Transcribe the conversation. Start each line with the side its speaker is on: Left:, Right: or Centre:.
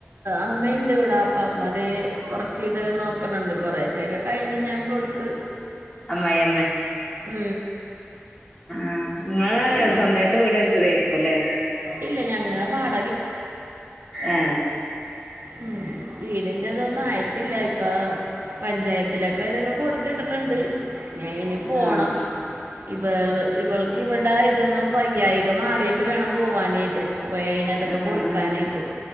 Right: ഇമ്മയുണ്ട് ഇവിടെ അപ്പം അതേ കുറച്ച് ഇത് നോക്ക് ക്കുന്നുണ്ട് കുറേച്ചേക്ക കഴിഞ്ഞ് ഞാൻ കൊടുത്ത്
Left: ആമ്മായമ്മെ
Right: ഉം
Left: ആഹ് ഇങ്ങള്
Right: അമ്മ
Left: സ്വന്തായിട്ട് വീട് വെച്ചതേർ ക്കല്ലേ
Right: ഇല്ല ഞങ്ങള് വാടക
Left: ഏ
Right: ഉം വീടിന്റെതൊന്നും ആയിട്ടില്ല ഇപ്പൊ പഞ്ചായത്തിലൊക്കെ ഇതൊക്കെ കൊടുത്തിട്ടിട്ടുണ്ട് ഞാൻ ഇനി പോണം
Left: ആഹ്
Right: ഇവൾ ഇവൾക്ക് ഇവടെ ഇതൊന്ന് വയ്യായിക മാറിയിട്ട് വേണം പോവാനായിട്ട് പോയ അതിനതൊക്കെ
Left: ആഹ്
Right: കൊടുക്കാനായിട്ട്
Left: ആഹ്